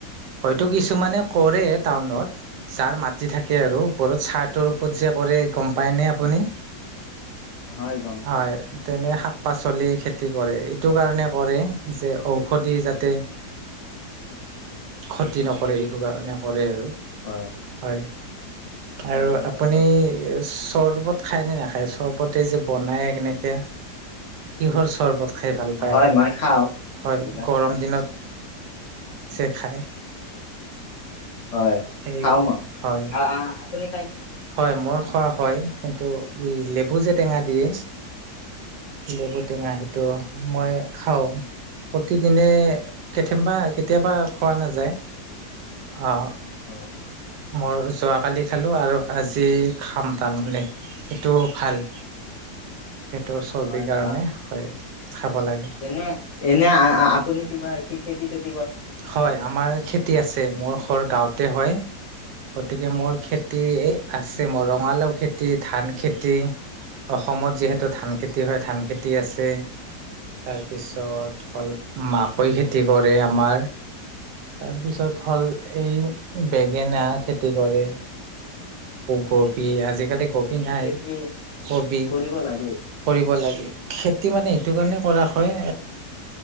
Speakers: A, on the right; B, on the left.
A: হয়তো কিছুমানে কৰে টাউনত যাৰ মাটি থাকে আৰু ওপৰত চাহটোৰ ওপৰত যে কৰে গম পায়নে আপুনি
B: হয় গম
A: হয়
B: পাওঁ
A: তেনে পাচলি খেতি কৰে এইটো কাৰণে কৰে যে ঔষধি যাতে ক্ষতি নকৰে এইটো কাৰণে কৰে আৰু
B: হয়
A: হয়
B: হয়
A: আৰু
B: হয়
A: আপুনি
B: গম পাইছোঁ
A: চৰ্বত খায় নে নাখায় চৰ্বতে যে বনায় কেনেকে, কিহৰ চৰ্বত খাই ভাল পায়
B: হয়
A: আপুনি
B: মই
A: হয়,
B: খাওঁ এইবিলাকো
A: গৰম
B: হয়
A: দিনত চে খায়।
B: হয়
A: সেই
B: খাও মই,
A: হয়
B: আ আ আপুনি খাই নে
A: হয় মোৰ খোৱা হয়, কিন্তু লেবু যে টেঙা দিয়ে লেবুটেঙা সেইটো মই খাওঁ প্ৰতিদিনে কেতিয়াবা কেতিয়াবা খোৱা নাযায়, আহ
B: হয়
A: মোৰ যোৱাকালি খালো আৰু আজি খাম তাৰমানে, সেইটো ভাল পেটৰ চৰ্বিৰ
B: হয়
A: কাৰণে
B: ভাল
A: হয় খাব লাগে।
B: এনে এনে আ আ আপুনি কিবা খেতি-চেতি
A: হয় আমাৰ খেতি আছে, মোৰ ঘৰ গাঁৱতে হয়। গতিকে মোৰ
B: হয়
A: খেতি এই আছে মোৰ ৰঙালাও খেতি ধান খেতি অসমত যিহেতু ধান খেতি হয়, ধান খেতি আছে। তাৰপিছত
B: হয়
A: হ'ল মাকৈ খেতি কৰে আমাৰ
B: <inaudible>
A: তাৰপিছত হ'ল, এই বেঙেনা খেতি কৰে। কবি
B: হয়
A: আজিকালি
B: ভালে
A: কবি নাই,
B: খেতি
A: কবি।
B: কৰিব লাগে
A: কৰিব লাগে খেতি মানে সেইটো কাৰণে কৰা হয়,